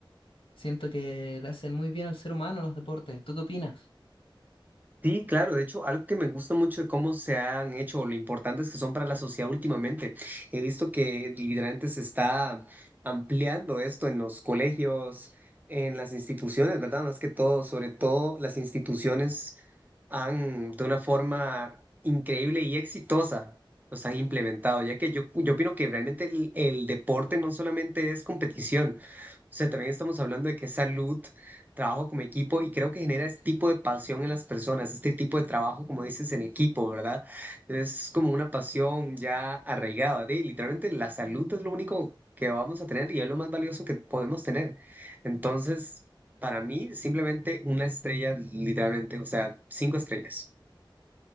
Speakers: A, on the left (about 85°); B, on the right (about 20°).
A: Siento que le hacen muy bien al ser humano los deportes. ¿Tú qué opinas?
B: Sí, claro, de hecho, algo que me gusta mucho de cómo se han hecho, o lo importantes que son para la sociedad últimamente. He visto que literalmente se está ampliando esto en los colegios, en las instituciones, ¿verdad? Más que todo, sobre todo las instituciones han, de una forma increíble y exitosa, los han implementado, ya que yo, yo opino que realmente el el deporte no solamente es competición, o sea, también estamos hablando de que es salud trabajo como equipo y creo que genera este tipo de pasión en las personas, este tipo de trabajo, como dices, en equipo, ¿verdad? Es como una pasión ya arraigada, de literalmente la salud es lo único que vamos a tener y es lo más valioso que podemos tener. Entonces, para mí, simplemente una estrella, literalmente, o sea, cinco estrellas.